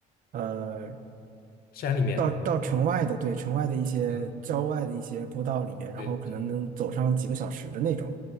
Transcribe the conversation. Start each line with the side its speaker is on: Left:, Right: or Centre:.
Right: 呃
Left: 山里面，
Right: 到到城外的对城外的一些郊外的一些步道里面，
Left: 嗯，
Right: 然后可能能走上几个小时的那种。
Left: 对对。